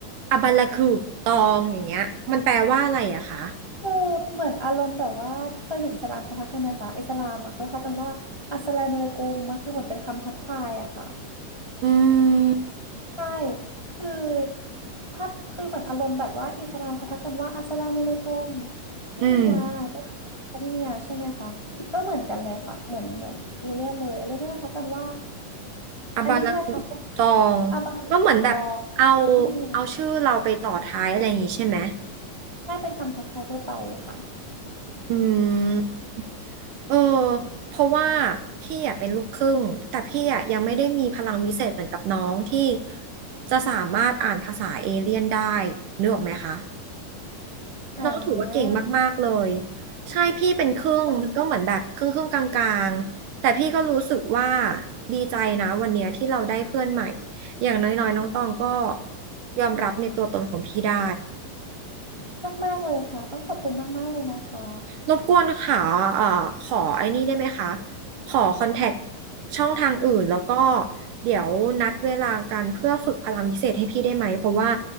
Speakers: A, on the right; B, on the left.
A: อาบาลากูตองอย่างเงี้ยมันแปลว่าอะไรอะคะ
B: คือเหมือนอารมณ์แบบว่าเคยเห็นอิสลามเขาทักกันไหมคะอิสลามอ่ะเขาทักกันว่าอัสสลามุอะลัยกุมมันคือเหมือนเป็นคำทักทายอะค่ะ
A: อืม
B: ใช่คือภาพคือเหมือนอารมณ์แบบว่าอิสลามเขาทักกันว่าอัสสลามุอะลัยกุมพี่เมียก็ค่ะพี่เมียใช่ไหมคะก็เหมือนกันเลยค่ะเหมือนเหมือนอีเลียนเลยอีเลียนก็จะทักกันว่า
A: อืม อาบารากุตอง
B: อันนี้ก็จะทักว่าอาบาตุตองพี่เมีย
A: ก็เหมือนแบบเอาเอาชื่อเราไปต่อท้ายอะไรอย่างงี้ใช่ไหม
B: ใช่เป็นคำทักทายทั่วไปค่ะ
A: อืมเออเพราะว่าพี่อะเป็นลูกครึ่งแต่พี่อะยังไม่ได้มีพลังวิเศษเหมือนกับน้องที่จะสามารถอ่านภาษาเอเลี่ยนได้นึกออกไหมคะ
B: อ่า
A: น้องถือว่าเก่งมากๆ เลยใช่พี่เป็นครึ่งมันก็เหมือนแบบครึ่งครึ่งกลางๆแต่พี่ก็รู้สึกว่า
B: ค่ะ
A: ดีใจนะวันเนี้ยที่เราได้เพื่อนใหม่อย่างน้อยๆน้องตองก็ยอมรับในตัวตนของพี่ได้
B: มากๆเลยค่ะต้องขอบคุณมากๆเลยนะคะ
A: รบกวนค่ะเอ่อขอไอ้นี่ได้ไหมคะขอคอนแทคช่องทางอื่นแล้วก็เดี๋ยวนัดเวลากันเพื่อฝึกพลังพิเศษให้พี่ได้ไหมเพราะว่า